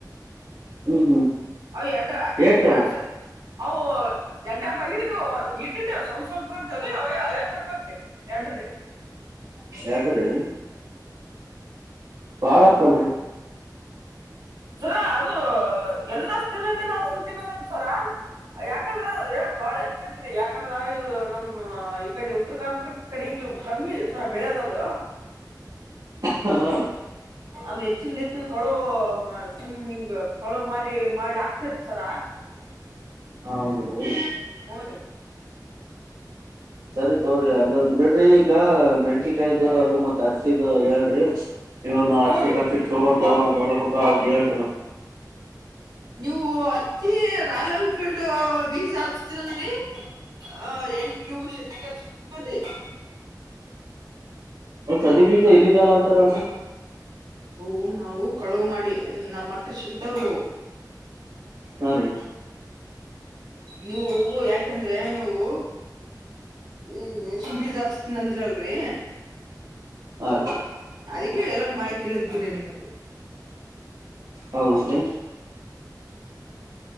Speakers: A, on the right; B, on the right.
A: ಹ್ಮ್ ಹ್ಮ್
B: ಅ ಎರಡು
A: ಏಟ್ರಿ
B: ಎರಡು
A: ಅವು
B: ಸ ಅವು ಎಡ್ಯಾ ಬಗಿಡ್ಗ ಇಟ್ಟಿಟ್ಟ ಸ್ವಲ್ಪ ಸ್ವಲ್ಪ ಬರ್ತವ್ರೀ ಐವತ್ತ ರೂಪಾಯಿಗೆ ಎರಡ್ರ
A: ಸೆಡ್ ರಿ ಭಾಳ ಆತಲ್ರಿ
B: ಸರ ಅದು ಎಲ್ಲಷ್ಟ ದಿನದಿನ ಅದ ಒಂದ್ ದಿನದನ್ ಸರ ಯಾಕಂದ್ರೆ ಅ ರೇಡ್ ಬಾಳ ಹೆಚ್ಚಐತ್ರಿ ಯಾಕಂದ್ರ ನಮ ಹ್ಮ ಈ ಕಡೆ ಉತ್ತರ ಕರ್ನಾಟಕದ ಕಡೆಗ ಕಮ್ಮಿ ಸರ ಬೆಳೆದ ಅದ
A: ಹಾ
B: ಅದು ಹೆಚ್ಚಿನ ಹೆಚ್ಚಿನ ಕಳು ಹ್ಮ್ ಹಿಂಗ್ ಕೊಳ ಮಾರಿ ಮಾಡಿ ಆಕ್ತಾರ ಸರ
A: ಹ ಹೌದ ರೀ
B: ಹ್ಞೂ ರೀ
A: ಸರಿ ತೋ್ರಿ ಅದರ್ದ್ ಬಿಡ್ರಿ ಈಗ ಮೆಣಸಿಿಕಾಯ್ದು ಅದು ಮತ್ತ ಹತ್ತಿದು ಹೇಳ್ರಿ ಇವಾಗ ನಾವ ಅಕ್ಕಿ
B: ಹೌರಿ
A: ಪ್ಯಾಕೆಟ್ ತಗೊಂಡ್ ಒಳಗ್ ಹೌದೇಳ್
B: ನೀವು ತಿ ರಾಯಲ್ ಎನ್ಫೀಲ್ಡ್ ಬೀಜ ಹಾಚ್ತೀರಂದ್ರರಿ ಅಹ ನೀವು ಶ ತಿ
A: ಸದಿ ಬೀಜ ಇ ಇಲ್ ಲೀಗಲ್ ಅಂತಾರಲ್
B: ಅವು ನಾವು ಕಳವು ಮಾಡಿ ನಮ್ಮ್ ಹತ್ರ ಸಿಗ್ತಾವ್ರಿ ಅವು
A: ಹಾ ರೀ
B: ನೀವು ಯಾಕಂದ್ರೆ ನೀವು ಈ ಮೇಸಿಂಬಿ ಬೀಜ ಹಾಕಸ್ತೇನಿ ಅಂದರಲ್ರರಿ
A: ಹಾ ರಿ
B: ಅದಕ್ಕೆ ಎಲ್ಲ ಮಾಹಿತಿ ತಿಳಿಸಿದೆ ರಿ ನಿಮಗ
A: ಹೌದ್ರೀ